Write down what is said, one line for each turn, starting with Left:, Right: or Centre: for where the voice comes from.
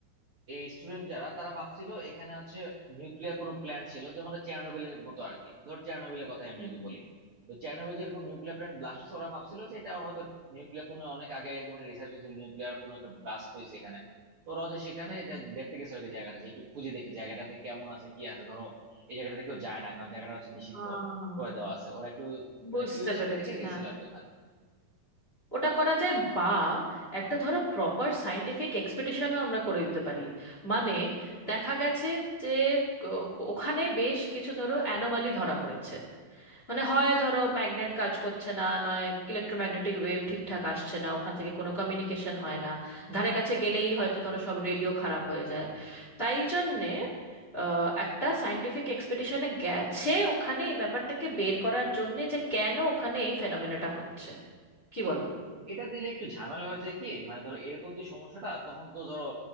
Right: এই স্টুডেন্ট যারা তারা ভাবছিল এখানে হচ্ছে নিউক্লিয়ার কোনো প্ল্যান্ট ছিল যেমন চেরনোবিলের মতো আর কি ধর চেরনোবিলের কথাই আমি
Left: হুম
Right: যদি বলি তো চেরনোবিল যেরকম নিউক্লিয়ার প্ল্যান্ট ব্লাস্ট হয়েছে ওরা ভাবছিল যে এটা হয়তো নিউক্লিয়ার কোনো অনেক আগে এরকম রিসার্চ হয়েছিল নিউক্লিয়ার কোনো একটা ব্লাস্ট হয়েছে এখানে তো ওরা হচ্ছে সেখানে
Left: হুম
Right: এটা দেখতে গেছিল আর কি জায়গাটা যে একটু খুঁজে দেখি জায়গাটাতে কেমন আছে কি আছে ধরো এই জায়গাটাতে কেউ যায় না কারণ জায়গাটা হচ্ছে নিষিদ্ধ
Left: আহ,
Right: করে দেওয়া আছে ওরা একটু
Left: বুঝতে
Right: মানে কিউরিওসিটি
Left: পেরেছি
Right: থেকে গেছিল
Left: হ্যাঁ
Right: আর কি ওখানে
Left: ওটা করা যায় বা একটা ধরো প্রপার সায়েন্টিফিক এক্সপিডিশনও আমরা করে দিতে পারি মানে দেখা গেছে যে ও- ওখানে বেশ কিছু ধরো অ্যানোমালি ধরা পড়েছে মানে হয় ধরো ম্যাগনেট কাজ করছে না নয় ইলেকট্রোম্যাগনেটিক ওয়েভ ঠিকঠাক আসছে না ওখান থেকে কোনো কমিউনিকেশন হয় না ধারে কাছে গেলেই হয়তো ধরো সব রেডিও খারাপ হয়ে যায় তাই জন্যে আহ, একটা সায়েন্টিফিক এক্সপেডিশনে গেছে ওখানে এই ব্যাপারটাকে বের করার জন্যে যে কেন ওখানে এই ফেনোমেনাটা হচ্ছে কি বলো
Right: এটা দিলে একটু ঝামেলা হয়ে যায় কি মানে ধরো এরকম যে সমস্যাটা তখন তো ধরো